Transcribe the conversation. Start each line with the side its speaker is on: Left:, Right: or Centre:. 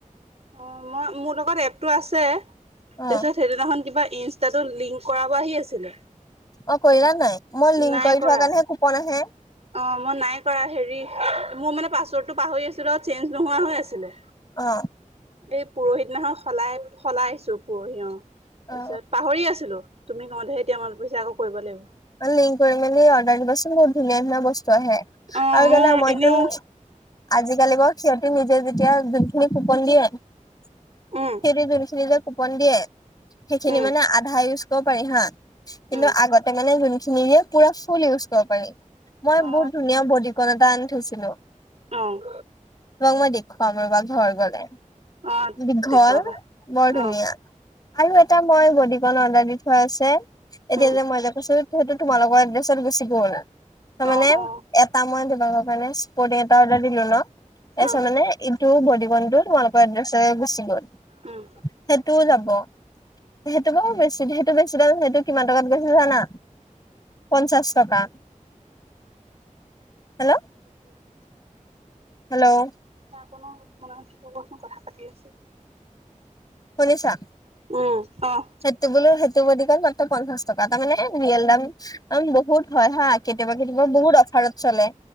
Right: অ, মই মোৰ লগত এপটো আছে তাৰপিছত
Left: অ
Right: সেইদিনাখন কিবা ইনছ তাতো লিংক কৰাব আহি আছিলে
Left: অ, কৰিলা নাই? মই
Right: নাই
Left: লিংক কৰি
Right: কৰা।
Left: থোৱা কাৰণেহে কুপন আহে।
Right: অ, মই নাই কৰা হেৰি মোৰ মানে পাছৱৰ্ডটো পাহৰি আছিলো, চেঞ্জ নোহোৱা হৈ আছিলে।
Left: অ
Right: এই পৰহি দিনাখন সলাই সলাইছো পৰহি অ', তাৰপিছত
Left: অ
Right: পাহৰি আছিলো, তুমি কওঁতেহে এতিয়া মনত পইছে আকৌ কৰিব লাগিব।
Left: অ, লিংক কৰি মেলি অৰ্ডাৰ দিবাচোন বহুত ধুনীয়া ধুনীয়া বস্তু আহে
Right: অ
Left: আৰু
Right: মোৰ
Left: জানা মইতোন
Right: এনেও
Left: আজিকালি বৰ ক্ষতিন যে যেতিয়া জোনখিনি কুপন দিয়ে সিহঁতি
Right: উম
Left: যোনখিনি যে কুপন দিয়ে, সেইখিনি
Right: উম
Left: মানে আধা ইউজ কৰিব পাৰি হা কিন্তু
Right: উম
Left: আগতে মানে যোনখিনি দিয়ে পুৰা ফুল ইউজ কৰিব পাৰি। মই
Right: অ
Left: বহুত ধুনীয়া বদিকণ এটা আনি থৈছিলো।
Right: অ',
Left: তোমাক মই দেখুৱাম ৰবা ঘৰ গলে,
Right: অ
Left: দীঘল
Right: দেখুৱাবা।
Left: বৰ ধুনীয়া।
Right: অ
Left: আৰু এটা মই বদিকণ অৰ্ডাৰ দি থোৱা আছে, এতিয়া
Right: উম
Left: যে মই যে সেইটো সেইটো তোমালোকৰ এড্ৰেছত গুচি গ'ল, মানে
Right: অ অ
Left: এটা মই ধৈল মানে স্পৰ্টিং এটা দিলো ন, তাৰপিছত
Right: অ
Left: মানে এইটো বদিকণ এইটোও তোমালোকৰ এড্ৰেছৰে গুচি গ'ল
Right: উম।
Left: সেইটোও যাব। ব। সেইটো বাৰু বেছি সেইটো বেছি দাম সেইটো কিমান টকাত লৈছো জানা? পঞ্চাছ টকা
Right: <unintelligible>
Left: হেল্ল' হেল্ল'
Right: অকমান মনে মনে থাকিব কচোন, কথা পাতি আছো
Left: শুনিছা
Right: উম অহ
Left: সেইটো বোলো সেইটো বৰ্দিকণ মাত্ৰ পঞ্চাশ টকা। তাৰ মানে ৰিয়েল দাম বহুত হয় হা কেতিয়াবা বহুত অফাৰত চলে